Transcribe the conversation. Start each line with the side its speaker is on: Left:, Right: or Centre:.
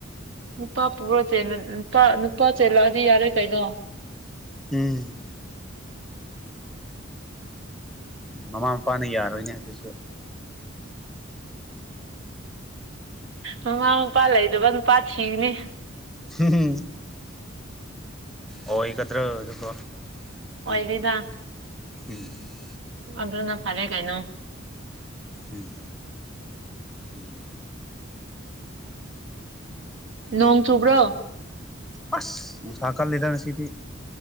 Right: ꯅꯨꯄꯥ ꯄꯨꯔ ꯆꯦꯜ ꯅꯨꯄꯥ ꯅꯨꯄꯥ ꯆꯦꯜꯂꯛꯑꯗꯤ ꯌꯥꯔꯦ ꯀꯩꯅꯣ
Centre: ꯎꯝ ꯃꯃꯥ ꯃꯄꯥꯅ ꯌꯥꯔꯣꯏꯅꯦ ꯑꯗꯨꯁꯨ
Right: ꯑꯨ ꯃꯃꯥ ꯃꯄꯥ ꯂꯩꯗꯕ ꯅꯨꯄꯥ ꯊꯤꯒꯅꯤ
Centre: <unintelligible> ꯑꯣꯏꯒꯗ꯭ꯔꯣ ꯑꯗꯨꯕꯣ
Right: ꯑꯣꯏꯅꯤꯗ
Centre: ꯎꯝ ꯎꯝ
Right: ꯑꯗꯨꯅ ꯐꯔꯦ ꯀꯩꯅꯣ
Centre: ꯎꯝ ꯎꯝ
Right: ꯅꯣꯡ ꯆꯨꯕ꯭ꯔꯣ
Centre: ꯑꯁ ꯅꯨꯡꯁꯥ ꯀꯟꯂꯤꯗ ꯉꯁꯤꯗꯤ